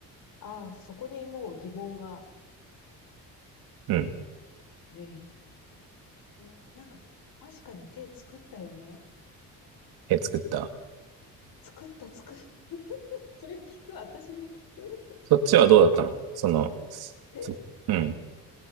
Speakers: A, on the left (about 65°); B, on the right (about 80°).
A: ああ、そこにもう疑問が。
B: うん。
A: ええなんか、確かに手作ったよね。
B: 手作った。
A: 作った、作る。それ聞く私に聞く
B: そっちはどうだったのその、
A: もう手、
B: そうん。